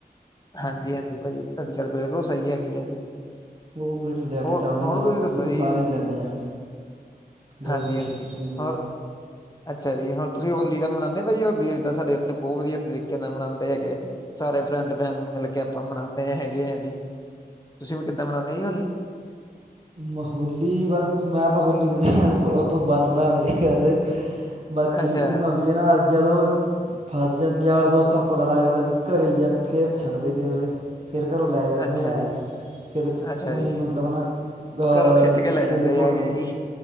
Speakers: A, on the left; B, on the right.
A: ਹਾਂਜੀ- ਹਾਂਜੀ ਭਾਜੀ ਧਾਡੀ ਗੱਲ ਬਿਲਕੁਲ ਸਹੀ ਹੈਗੀ ਆ ਜੀ।
B: ਉ ਫੇਰ ਲੈ
A: ਹੋਰ
B: ਕੇ ਚੱਲ ਦੇ
A: ਹੋਰ
B: ਆ
A: ਤੁਸੀਂ ਦੱਸੋ
B: ਓ
A: ਜੀ
B: ਸਾਰੇ ਈ ਲੈਂਦੇ ਆ
A: ਹਾਂਜੀ
B: ਰੈਵਲੂਸ਼ਨਸ
A: ਹਾਂਜੀ
B: ਲਈ
A: ਹੋਰ ਅੱਛਾ ਜੀ ਹੋਣ ਤੁਸੀਂ ਹੋਲੀ ਦਾ ਮਨਾਉਂਦੇ ਹੋ ਬਾਈ ਹੋਲੀਦਾਂ ਸਾਡੇ ਉੱਥੇ ਬਹੁਤ ਵਧੀਆ ਤਰੀਕੇ ਨਾਲ ਮਨਾਉਂਦੇ ਹੈਗੇ ਆ। ਸਾਰੇ ਫਰੈਂਡ ਫੈਮਲੀ ਮਿਲ ਕੇ ਆਪਾਂ ਮਨਾਉਂਦੇ ਹ ਹੈਗੇ ਆ ਜੀ, ਤੁਸੀਂ ਮ ਕਿੱਦਾਂ ਮਨਾਉਂਦੇ ਜੀ ਹੋਲੀ?
B: ਬ ਹੋਲੀ ਬਾਕੀ ਮੈਂ ਤਾਂ ਹੋਲੀ ਦੇ ਓ ਤੋਂ ਬਚਦਾ ਆ ਵੀਰੇ ਵੈਸੇ। ਬਾਕੀ
A: ਅੱਛਾ
B: <unintelligible> ਫਸ ਜਾਂ ਯਾਰ ਦੋਤਾਂ ਨੂੰ ਪਤਾ ਲੱਗਦਾ ਵੀ ਘਰੇ ਆ ਫਿਰ ਛੱਡਦੇ ਨ ਅਗਲੇ। ਫਿਰ ਘਰੋਂ ਲੈ ਜਾਂਦੇ
A: ਅੱਛਾ
B: ਐ,
A: ਜੀ
B: ਫਿਰ ਸ
A: ਅੱਛਾ
B: ਮੀ
A: ਜੀ
B: ਮਤਲਬ ਨਾ ਅ
A: ਘਰੋਂ ਖਿੱਚ ਕੇ ਲੈ
B: ਖੇਡ
A: ਜਾਂਦੇ
B: ਖੂਡ
A: ਹੈਗੇ
B: ਕੇ
A: ਜੀ।